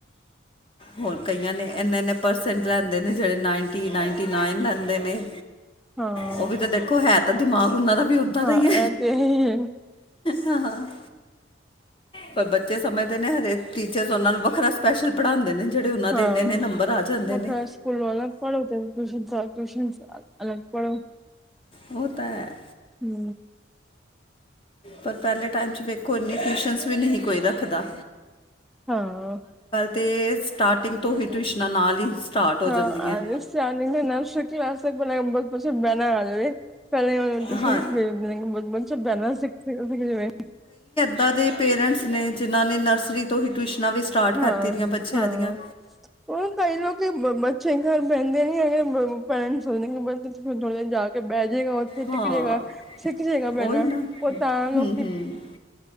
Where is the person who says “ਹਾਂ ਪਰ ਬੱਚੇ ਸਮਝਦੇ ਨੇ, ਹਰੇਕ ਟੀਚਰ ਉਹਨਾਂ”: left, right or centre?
Left